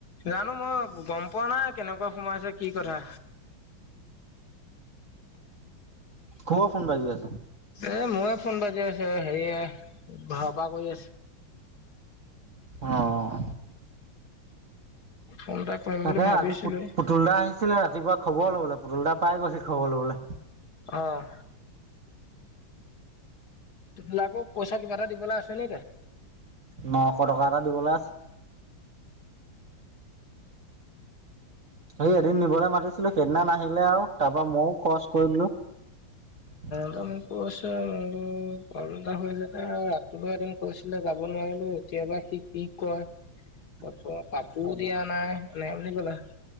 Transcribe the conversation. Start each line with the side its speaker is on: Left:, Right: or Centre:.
Left: জানো মই গম পোৱা নাই কেনেকুৱা সোমাইছে কি কথা।
Right: খুব ফোন বাজি আছে।
Left: এ মোয়ে ফোন বাজি আছে হেৰিয়ে ঘৰৰ পৰা কৰি আছে।
Right: অঁ
Left: ফোন এটা কৰিম
Right: তাকে
Left: বুলি ভাবিছিলোৱে।
Right: আজি পোট- পুতুল দা আহিছিলে ৰাতিপুৱা খবৰ ল'বলৈ পুতুলদা পাই গৈছিল খবৰ ল'বলে।
Left: অঁ লাকৌক পইচা কিবা এটা দিবলৈ আছেনি?
Right: নশ টকা এটা দিবলৈ আছে। সেই এদিন নিবলৈ মাতিছিলো সেইদিনা নাহিলে আও তাৰ পৰা মইয়ো খৰচ কৰি দিলো। উ <unintelligible>
Left: একদম কৈছে মইয়ো প্ৰব্লেম এটা হৈছে, ৰাতিপুৱা এদিন কৈছিলে যাব নোৱাৰিলো। এতিয়াবা সি কি কয়।
Right: <inaudible>
Left: তাপা কাপোৰ দিয়া নাই সেনেকে বুলি ক'লে।